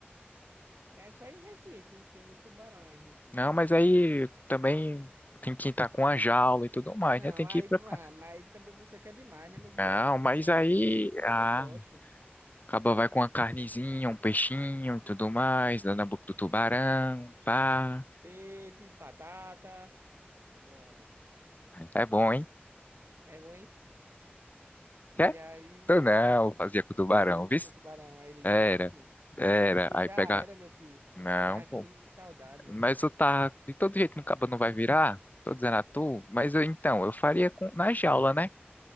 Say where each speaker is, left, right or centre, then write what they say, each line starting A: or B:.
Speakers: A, on the right; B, on the left.
A: É só em Recife, tem muito tubarão lá em Recife.
B: Não, mas aí também tem que estar com a jaula e tudo mais,
A: Não,
B: né? Tem
A: aí,
B: que ir preparar.
A: ah, mas também você quer demais, né, meu filho?
B: Não,
A: Aí você
B: mas
A: quer
B: aí.
A: luz e subir em cima
B: Ah,
A: de um poste.
B: acaba vai com uma carnezinha, um peixinho e tudo mais, dando na boca do tubarão. Pá.
A: Peixe, batata, é bom,
B: É bom, hein?
A: é bom, hein? E
B: Quer?
A: aí,
B: Eu não, fazia com o tubarão,
A: mas
B: viu?
A: o tubarão, aí ele,
B: Era,
A: nhaque.
B: era.
A: E tu
B: Aí
A: já
B: pega.
A: era, meu filho.
B: Não,
A: Virava a
B: pô.
A: camisa de saudade.
B: Mas eu tá. De todo jeito, no cabo não vai virar. Tô dizendo a tu. Mas eu, então, eu faria com... na jaula, né?